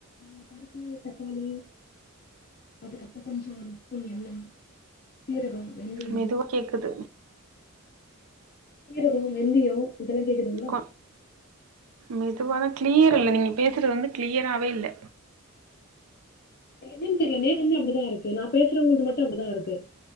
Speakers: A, on the left (about 45°); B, on the right (about 75°).
A: அந்த பருப்பு தக்காளி அதுக்கப்றோ கொஞ்சோ ஒரு உப்பு எண்ணெ சீரகம் வெந்தயம்
B: மெதுவா கேக்குது
A: சீரகோ வெந்தியோ இதெல்லா கேக்குதுங்களா
B: கொ மெதுவா தா கிளியர் இல்ல நீங்க பேசுறது வந்து கிளியராவே இல்ல
A: என்னனு தெரில நேத்துலருந்தே அப்டிதா இருக்கு நா பேசுறவங்கள்ட்ட மட்டும் அப்டிதான் இருக்கு